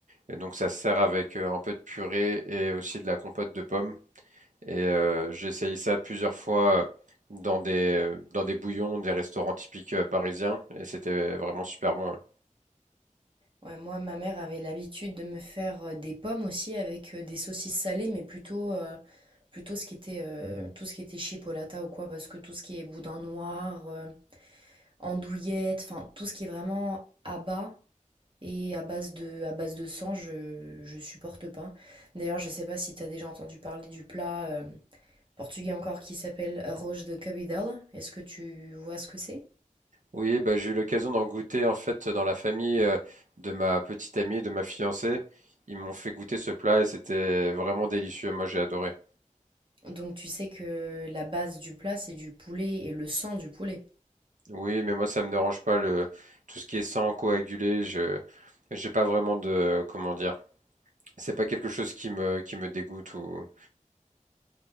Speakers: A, on the right; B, on the right.
A: Et donc, ça se sert avec euh, un peu de purée et aussi de la compote de pommes. Et euh, j'ai essayé ça plusieurs fois euh, dans des dans des bouillons, des restaurants typiques euh, parisiens, et c'était vraiment super bon. hein.
B: Ouais, moi, ma mère avait l'habitude de me faire, heu, des pommes aussi avec, heu, des saucisses salées, mais plutôt, heu, plutôt ce qui était, heu, tout ce qui était chipolata ou quoi, parce que tout ce qui est boudin noir, heu, andouillette, enfin tout ce qui est vraiment à bas et à base de à base de sang, je je supporte pas. D'ailleurs, je sais pas si t'as déjà entendu parler du plat, hem, portugais encore qui s'appelle arroz de cabidela. Est-ce que tu vois ce que c'est?
A: Oui, bah, j'ai eu l'occasion d'en goûter en fait dans la famille euh, de ma petite amie, de ma fiancée. Ils m'ont fait goûter ce plat et c'était vraiment délicieux. Moi, j'ai adoré.
B: Donc tu sais que la base du plat, c'est du poulet et le sang du poulet.
A: Oui, mais moi, ça me dérange pas le tout ce qui est sang coagulé. Je j'ai pas vraiment de comment dire. C'est pas quelque chose qui me qui me dégoûte ou